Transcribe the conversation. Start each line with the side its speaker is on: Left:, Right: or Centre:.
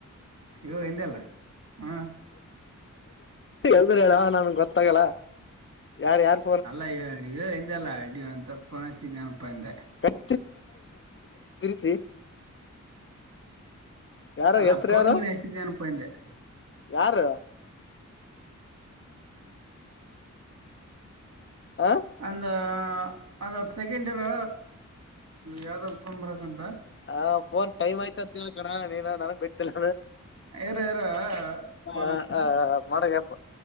Right: ಇವ ಎಂದಲ್ಲ ಹಾ
Left: ಎಲ್ದ್ರ ಹೇಳ ನಮಗೆ ಗೊತ್ತಾಗಲ್ಲ ಯಾರ ಯಾರ್
Right: ಅಲ್ಲ ಈಗ ಈಗ ಹಿಂದೆಲ್ಲಾ ಇಡ ಅಂತಪ್ಪನಸ್ದನಪ್ಪ ಹಿಂದೆ
Left: ಸ್ ತಿಸಿ ಯಾರು
Right: ಅಲ್ಲ
Left: ಹೆಸರು
Right: ಫೋನಿಗಿನ
Left: ಯಾರು
Right: ಹಚ್ಚಿದ್ನೇನಪ್ಪ ಹಿಂದೆ
Left: ಯಾರು ಆ
Right: ಅಂದು ಅಂದುತ್ತು ಸೆಕೆಂಡ್ ಇರ್ ಯಾವ್ದ ತಂದ್ ಬರಕ್ಂತ
Left: ಹಫೋನ್ ಟೈಮ್ ಆಯ್ತ ಅಂತ ಕಣ ನೀನು ನನ್ಗೆ ಗೊತ್ತಿಲ್ಲ
Right: ಇರ ಇರ
Left: ಹ
Right: ಫೋನ್ ಹಚ್ತೀನಿ
Left: ಹ ಮಾಡಗ್ಯಪ್ಪ